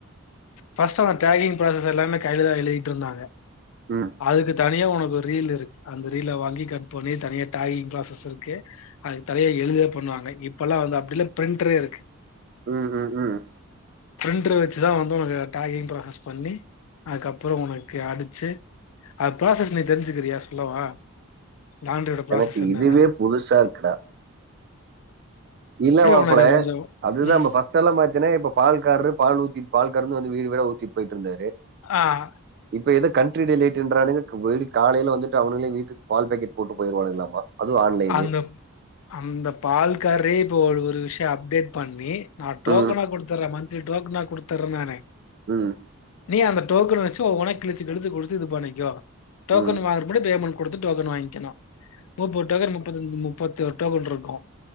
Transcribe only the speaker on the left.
ஃபர்ஸ்ட் அந்த டாகிங் ப்ராசஸ் எல்லாமே கைலாதா எழுதிட்டு இருந்தாங்க
அதுக்கு தனியா உனக்கு ரீல் இருக்கு அந்த ரீல வாங்கி கட் பண்ணி தனியா டாகிங் ப்ராசஸ் இருக்கு அதுக்கு தலையா எழுதே பண்ணுவாங்க இப்பெல்லா வந்து அப்டில்ல பிரிண்ட்டரே இருக்கு
பிரிண்ட்ரு வச்சுதா வந்து உனக்கு டேகிங் ப்ராசஸ் பண்ணி அதுக்கப்புற உனக்கு அடிச்சு அது ப்ராசஸ் நீ தெரிஞ்சுக்கிறியா சொல்லவா லாண்ரியோட ப்ராசஸ்
என்னான்னு
உனக்கு கொஞ்சோ
ம்
ஆ
அந்தப் அந்த பால்காரே இப்போ ஒரு ஒரு விஷயோ அப்டேட் பண்ணி நா டோக்கனா
குடுத்துட்றே மன்த்லி டோக்கனா குடுதுட்றே நானு
நீ அந்த டோக்கன வச்சு ஒவ்ஒன்னா கிழச்சு கிழச்சு குடுத்து இது பண்ணகோ டோக்கனு
வாங்க முன்னாடியே பேமென்குடுத்து டோன் வாங்கிகனு முப்பது டோக்கன் முப்பத்தஞ் முப்பத்தி ஒரு டோக்கன் இருக்கு